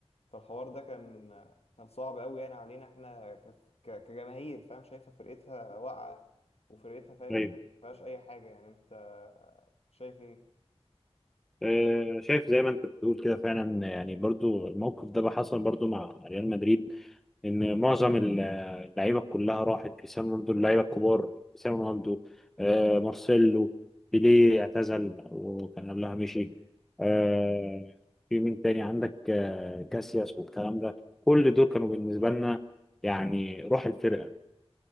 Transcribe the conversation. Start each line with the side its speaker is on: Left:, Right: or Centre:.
Left: فالحوار ده كان كان صعب قوي يعني علينا احنا ك- ك- كجماهير فاهم شايفه فرقتها واقعه وفرقتها فاهم
Centre: ايوه
Left: انت ما فيهاش اي حاجه يعني انت شايف ايه
Centre: آه، شايف زي ما انت بتقول كده فعلا يعني برضو الموقف ده بقى حصل برضو مع ريال مدريد ان معظم ال- اللعيبه كلها راحت كريستيانو رونالدو اللعيبه الكبار كريستيانو رونالدو آه، مارسيلو بيليه اعتزل وكان قبلها مشي آه، في مين تاني عندك آه، كاسياس والكلام ده كل دول كانوا بالنسبه لنا يعني روح الفرقه